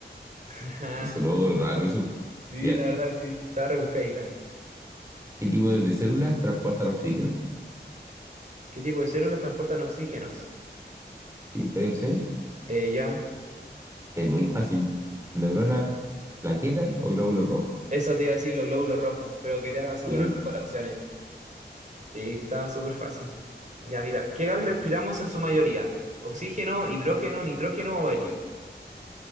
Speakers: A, on the right (about 45°); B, on the right (about 15°).
A: <laughs>
B: Me sonó raro eso.
A: Sí,
B: Ya.
A: la verdad, que sí, está rebuscadita.
B: ¿Qué tipo de células transportan oxígeno?
A: ¿Qué tipo de células transportan oxígenos?
B: ¿Sí? ¿Te doy opciones?
A: Eh, ya,
B: Es muy fácil. ¿Neurona, plaqueta o glóbulo rojo?
A: eso te iba a decir los glóbulos rojos, pero querías asegurarme
B: Sí.
A: con las opciones. Sí, está súper fácil. Ya, mira, ¿qué gas respiramos en su mayoría? ¿Oxígeno, hidrógeno, nitrógeno o helio?